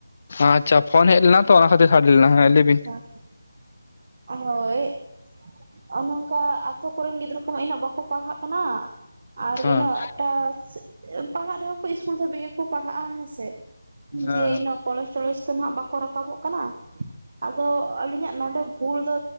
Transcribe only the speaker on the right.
<unintelligible> ᱦᱳᱭ ᱚᱱᱚᱝᱠᱟ ᱟᱛᱳ ᱠᱚᱨᱮᱱ ᱜᱤᱫᱽᱨᱟᱹ ᱠᱚᱢᱟ ᱩᱱᱟᱹᱜ ᱵᱟᱠᱚ ᱯᱟᱲᱦᱟᱜ ᱠᱟᱱᱟ᱾ ᱟᱨ
ᱤᱱᱟᱹᱜᱴᱟ ᱯᱟᱲᱦᱟᱜ ᱨᱮᱦᱚᱸ ᱠᱚ ᱤᱥᱠᱩᱞ ᱫᱷᱟᱹᱵᱤᱡ ᱜᱮᱠᱚ ᱯᱟᱲᱦᱟᱜᱼᱟ ᱦᱮᱸ ᱥᱮ? ‌
ᱡᱮ ᱤᱱᱟᱹᱜ ᱠᱚᱞᱮᱥᱴᱚᱞᱮᱥ ᱫᱚ ᱱᱟᱜ ᱵᱟᱠᱚ ᱨᱟᱠᱟᱵᱚᱜ ᱠᱟᱱᱟ ᱾ ᱟᱫᱚ ᱟᱹᱞᱤᱧᱟᱜ ᱱᱚᱰᱮ ᱵᱷᱩᱞ ᱫᱚ